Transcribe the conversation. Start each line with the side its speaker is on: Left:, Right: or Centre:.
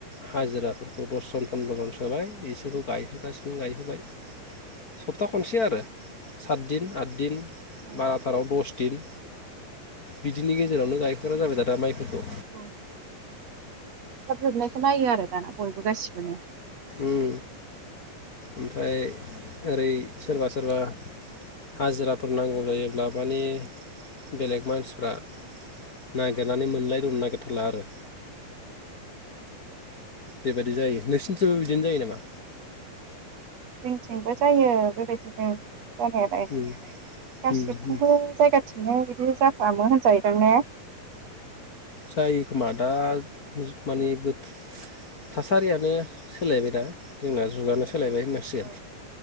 Left: हाजिराफोरखौ दसजन फन्द्रजनसो होबाय बिसोरखौ गायहोगासिनो गायहोबाय
Right: <inaudible>
Left: सप्ता खनसे आरो सात दिन आद दिन
Right: औ
Left: बाराथाराव दस दिन बिदिनि गेजेरावनो गायखांग्रा जाबाय दादा माइफोरखौ
Right: ओ थाब जोबनायखौ नायो आरो दाना बयबो गासिबोनो
Left: ओम ओमफ्राय ओरै सोरबा सोरबा हाजिराफोर नांगौ जायोब्ला माने बेलेग मानसिफ्रा नागिरनानै मोनलाय दंनो नागिर थारला आरो बेबायदि जायो नोंसिनिथिबो बिदिनो जायो नामा
Right: जोंथिंबो जायो बेबायदिनो जानायालाय
Left: उम
Right: गासिबथिंबो
Left: उम उम
Right: जायगा <unintelligible> बिदि जाफामो होनजायोदां ने
Left: जायोखोमा दा मानि बो थासारियानो सोलायबाय दा जोंना जुगानो सो सोलायबाय होननांसिगोन
Right: औ